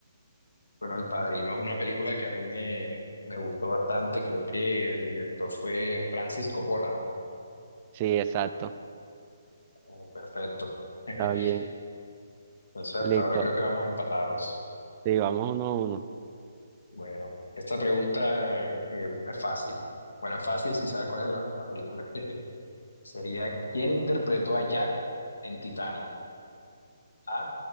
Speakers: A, on the left; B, on the right.
A: Bueno, El Padrino es una película que a mí me, me gustó bastante. Creo que el director fue Francis Coppola, ¿no?
B: Sí, exacto.
A: Bueno, Perfecto. <laughs> Entonces,
B: Está bien.
A: hasta
B: Listo.
A: ahora creo que vamos empatados.
B: Sí, vamos uno a uno.
A: Bueno, esta pregunta eh, eh, es fácil. Bueno, es fácil si sabes cuál es la, la película. <laughs> Sería, ¿quién interpretó a Jack en Titanic? A.